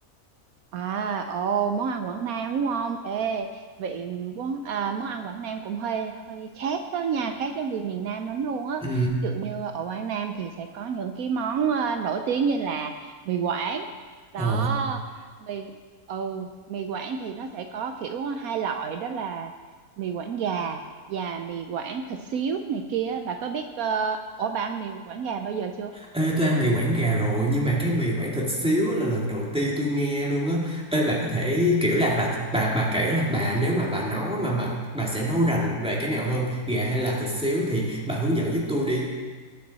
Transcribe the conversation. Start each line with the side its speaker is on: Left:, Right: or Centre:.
Right: à, ồ, món ăn Quảng Nam đúng không? Ê, vị quán à, món ăn Quảng Nam cũng hơi hơi khác đó nha, khác với người miền Nam lắm luôn á.
Centre: Ừ.
Right: Ví dụ như ở Quảng Nam thì sẽ có những cái món ờ, nổi tiếng như là mì Quảng. Đó,
Centre: Ồ.
Right: mì ừ, mì Quảng thì nó sẽ có kiểu hai loại đó là mì Quảng gà và mì Quảng thịt xíu này kia. Bà có biết ờ, ủa bà ăn mì Quảng gà bao giờ chưa?
Centre: Ê, tôi ăn mì Quảng gà rồi nhưng mà cái mì Quảng thịt xíu á là lần đầu tiên tôi nghe luôn á. Ê bà có thể kiểu là bà bà bà kiểu là bà nếu mà bà nấu á, mà bà bà sẽ nấu rành về cái nào hơn, gà hay là thịt xíu thì bà hướng dẫn giúp tôi đi.